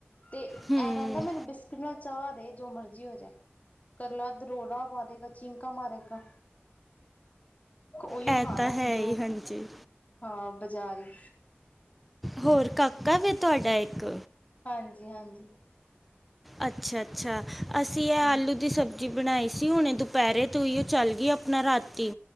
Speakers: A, on the left (about 40°); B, in the centre.
A: ਤੇ
B: ਹੂੰ
A: ਐ ਕੈਂਦਾ ਮੈਨੂੰ ਬਿਸਕਿਟ ਨਾ ਚਾਅ ਦੇ, ਜੋ ਮਰਜ਼ੀ ਹੋ ਜੇ, ਕਰਲਾ ਦ ਰੋਲਾਂ ਪਾਦੇਗਾ ਚੀਂਕਾਂ ਮਾਰੇਗਾ। ਓਈਓ
B: ਇਹ
A: ਖਾਣਾ
B: ਤਾਂ ਹੈ
A: ਐ, ਜੋ
B: ਹੀ ਹਾਂਜੀ
A: ਹਾਂ ਬਾਜ਼ਾਰੀ
B: ਹੋਰ ਕਾਕਾ ਏ ਵੈ ਤੁਆਡਾ ਇੱਕ?
A: ਹਾਂਜੀ ਹਾਂਜੀ।
B: ਅੱਛਾ ਅੱਛਾ ਅਸੀਂ ਇਹ ਆਲੂ
A: ਹੂੰ
B: ਦੀ ਸਬਜ਼ ਜੀ ਬਣਾਈ ਸੀ ਹੁਣੇ ਦੁਪਹਿਰੇ ਤੋਂ ਹੀ ਉਹ ਚੱਲ ਗਈ ਆਪਣਾ ਰਾਤੀ